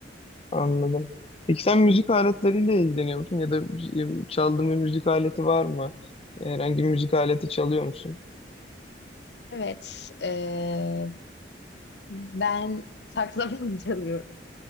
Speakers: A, on the left (about 35°); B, on the left (about 70°).
A: Anladım. Peki sen müzik aletleriyle ilgileniyor musun? Ya da e, çaldığın bir müzik aleti var mı? Herhangi bir müzik aleti çalıyor musun?
B: Evet e, ben saksafon <laughs> çalıyorum.